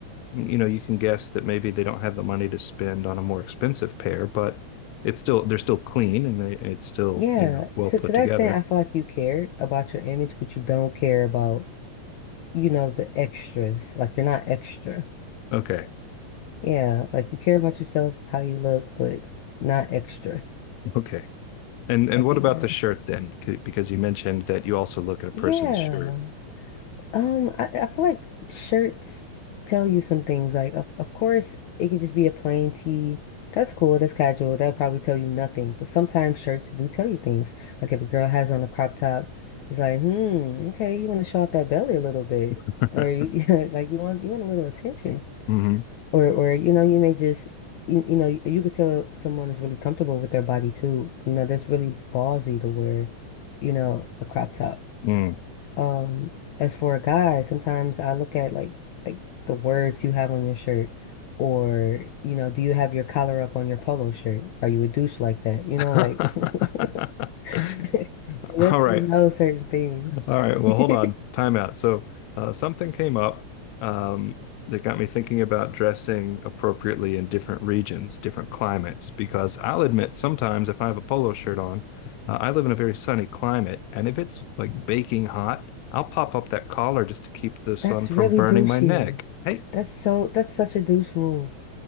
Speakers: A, on the left (about 85°); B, on the left (about 70°).
A: you know, you can guess that maybe they don't have the money to spend on a more expensive pair, but it's still they're still clean and they it's still,
B: Yeah,
A: you know, well put
B: to, to
A: together.
B: that extent, I feel like you care about your image, but you don't care about, you know, the extras. Like you're not extra.
A: Okay.
B: Yeah, like you care about yourself, how you look, but not extra.
A: Okay. And and
B: Like
A: what
B: you
A: about
B: know.
A: the shirt then? C- Because you mentioned that you also look at a person's
B: Yeah.
A: shirt.
B: Um, I, I feel like shirts tell you some things. Like, of, of course, it could just be a plain tee. That's cool. That's casual. That'll probably tell you nothing. But sometimes shirts do tell you things. Like if a girl has on a crop top, it's like, hmm, okay, you want to show off that belly a little bit,
A: <laughs>
B: or you, <laughs> like you want you want a little attention,
A: Mm-hmm.
B: or or you know you may just you, you know you, you could tell someone is really comfortable with their body too. You know that's really ballsy to wear, you know, a crop top.
A: Mm,
B: Um, as for a guy, sometimes I look at like like the words you have on your shirt, or you know, do you have your collar up on your polo shirt? Are you a douche like that? You know,
A: mm.
B: like <laughs> it
A: <laughs>
B: lets
A: All right.
B: me know certain things.
A: All right, well, hold
B: <laughs>
A: on. Time out. So, uh, something came up um, that got me thinking about dressing appropriately in different regions, different climates, because I'll admit sometimes if I have a polo shirt on, uh, I live in a very sunny climate, and if it's like baking hot, I'll pop up that collar just to keep the sun
B: That's
A: from
B: really
A: burning
B: douchey.
A: my neck. Hey,
B: That's so that's such a douche move.